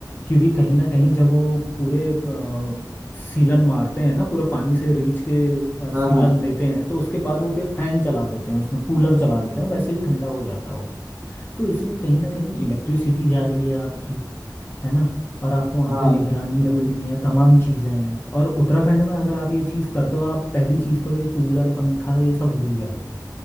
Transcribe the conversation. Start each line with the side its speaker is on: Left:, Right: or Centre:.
Left: क्योंकि कहीं ना कहीं जब वो पूरे अ, सीलन मारते हैं ना पूरा पानी से रीच के अ, सीलन
Right: हाँ हाँ
Left: देते हैं तो उसके बाद वो फिर फैन चला देते हैं उसमें कूलर चला देते हैं वैसे ही ठंडा हो जाता है वो तो इसमें कहीं ना कहीं इलेक्ट्रिसिटी जा रही है आपकी है ना और आपको वहाँ
Right: हाँ
Left: पे निगरानी
Right: हम्म।
Left: रखनी है तमाम चीज़ें हैं और उत्तराखंड में अगर आप ये चीज़ करते हो आप पहली चीज़ तो ये कूलर पंखा ये सब भूल जाओगे